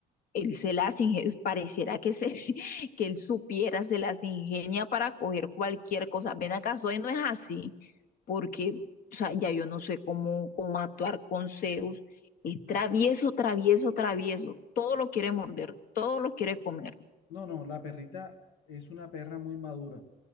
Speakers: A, on the left; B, on the left.
A: él se las ingenia, pareciera que, se, <laughs> que él supiera, se las ingenia para coger cualquier cosa. Ven acá, soy no es así, porque o sea, ya yo no sé cómo, cómo actuar con Zeus. Es travieso, travieso, travieso. Todo lo quiere morder, todo lo quiere comer.
B: No, no, la perrita es una perra muy madura.